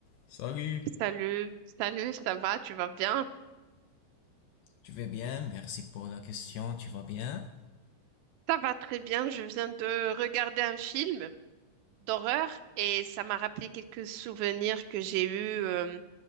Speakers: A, on the left; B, on the right.
A: Salut.
B: Salut, salut, ça va, tu vas bien?
A: Tu vas bien? Merci pour la question. Tu vas bien?
B: Ça va très bien, je viens de regarder un film d'horreur et ça m'a rappelé quelques souvenirs que j'ai eus euh,